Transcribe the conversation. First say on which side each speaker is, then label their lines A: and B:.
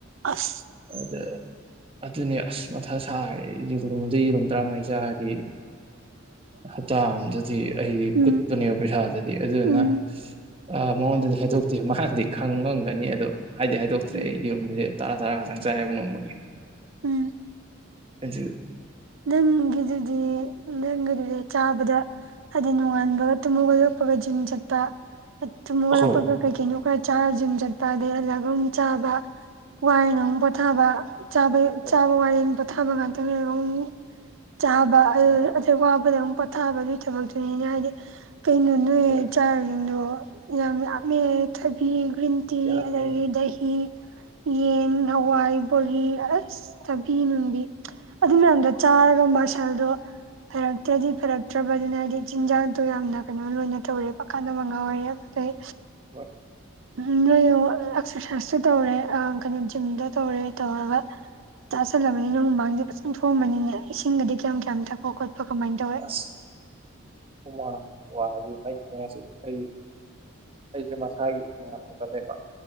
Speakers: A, on the right; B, on the right.
A: ꯑꯁ
B: ꯑꯗ ꯑꯗꯨꯅꯦ ꯑꯁ ꯃꯊꯥ ꯁꯥꯔꯦ ꯑꯩꯗꯤ ꯅꯣꯡꯃꯗ ꯌꯦꯔꯣꯝ ꯇꯔꯥꯃꯔꯤ ꯆꯥꯔꯗꯤ ꯍꯞꯇꯥ ꯑꯝꯗꯗꯤ ꯑꯩ
A: ꯎꯝ
B: ꯀꯨꯠꯄꯅꯦꯕ ꯄꯩꯁꯥꯗꯗꯤ ꯑꯗꯨꯗꯨꯅ
A: ꯎꯝ
B: ꯑ ꯃꯉꯣꯟꯗꯗꯤ ꯍꯥꯏꯗꯣꯛꯇꯦ ꯃꯁꯥꯅꯗꯤ ꯈꯪꯉꯝꯒꯅꯤ ꯑꯗꯣ ꯍꯥꯏꯗꯤ ꯍꯥꯏꯗꯣꯛꯇ꯭ꯔꯦ
A: ꯎꯝ
B: ꯑꯩ ꯌꯔꯨꯝꯗꯤ ꯇꯔꯥ ꯇꯔꯥ ꯇꯪ ꯆꯥꯏꯌꯦꯕ ꯅꯣꯡꯃꯒꯤ
A: ꯎꯝ
B: ꯑꯩꯖꯤ
A: ꯅꯪꯒꯤꯗꯨꯗꯤ ꯂꯦꯡꯒꯅꯤ ꯗꯤ ꯆꯥꯕꯗ ꯍꯥꯏꯗꯤ ꯅꯣꯉꯥꯟꯕꯒ ꯇꯨꯝ ꯍꯧꯒꯠꯂꯛꯄꯒ ꯖꯤꯝ ꯆꯠꯄ ꯑꯗ ꯅꯣꯡꯉꯥꯜꯂꯛꯄꯒ
B: ꯍꯣꯏ
A: ꯀꯩ ꯀꯩꯅꯣ ꯈ ꯆꯥꯔ ꯖꯤꯝ ꯆꯠꯄ ꯑꯗꯩ ꯍꯜꯂꯛꯑꯒ ꯑꯃꯨꯛ ꯆꯥꯕ ꯋꯥꯔꯦꯅ ꯑꯃꯨꯛ ꯄꯣꯊꯥꯕ ꯆꯥꯕꯩ
B: ꯍꯣꯏ
A: ꯆꯥꯕ ꯋꯥꯔꯦꯅ ꯄꯣꯊꯥꯕ ꯉꯥꯛꯇꯪꯂꯩꯔꯒ ꯑꯃꯨ ꯆꯥꯕ ꯑꯗꯨ
B: ꯆꯥꯕ
A: ꯗꯨꯅ ꯋꯥꯕꯗꯩ ꯑꯃꯨꯛ ꯄꯣꯊꯥꯕ ꯑꯗꯨꯒꯤ ꯊꯕꯛꯇꯨꯅꯤꯅ ꯍꯥꯏꯗꯤ ꯀꯩꯅꯣ ꯅꯣꯏ
B: ꯍꯣꯏ
A: ꯆꯥꯔꯤꯁꯤꯡꯗꯣ ꯌꯥꯝ ꯌꯥꯝꯃꯦ ꯊꯥꯕꯤ ꯒ꯭ꯔꯤꯟ ꯇꯤ
B: ꯌꯥꯝꯃꯦ
A: ꯑꯗꯒꯤ ꯗꯍꯤ ꯌꯦꯟ ꯍꯋꯥꯏ ꯕꯣꯔꯤ ꯑꯁ ꯊꯕꯤ ꯅꯨꯡꯕꯤ ꯑꯗꯨ ꯃꯌꯥꯝꯗꯣ ꯆꯥꯔꯒ ꯃꯁꯜꯗꯣ ꯐꯔꯛꯇ꯭ꯔꯗꯤ ꯐꯔꯛꯇ꯭ꯔꯕ ꯑꯗꯨꯅ ꯑꯗꯨꯗꯤ ꯆꯤꯟꯖꯥꯛꯇꯣ ꯌꯥꯝꯅ ꯀꯩꯅꯣ ꯂꯣꯏꯅ ꯅꯠꯇ꯭ꯔꯕꯅꯤ ꯄꯀꯥꯗ ꯃꯉꯥꯎꯌꯦꯕ ꯑꯩ
B: ꯍꯣꯏ
A: ꯎ ꯅꯣꯏ ꯑꯦꯛꯁꯔꯁꯥꯏꯁ ꯁꯨ ꯇꯧꯔꯦ ꯑ ꯀꯩꯅꯣ ꯖꯤꯝꯗꯣ ꯇꯧꯔꯦ ꯇꯧꯔꯒ ꯆꯥꯁꯜꯂꯕꯅꯤꯅ ꯍꯨꯃꯥꯡꯗꯤ ꯐꯖꯅ ꯊꯣꯛꯑꯝꯃꯅꯤꯅꯦ ꯏꯁꯤꯡꯒꯗꯤ ꯀꯌꯥꯝ ꯀꯌꯥꯝ ꯊꯛꯄ ꯈꯣꯠꯄ ꯀꯃꯥꯏꯅ ꯇꯧꯋꯦ
B: ꯑꯁ ꯍꯨꯃꯥꯡ ꯋꯥꯡꯒꯗꯤ ꯑꯩ <unintelligible> ꯑꯩ ꯑꯩꯁꯦ ꯃꯁꯥꯒꯤ ꯍꯨꯃꯥꯡ ꯌꯥꯝ ꯊꯣꯛꯀꯜꯂꯦꯕ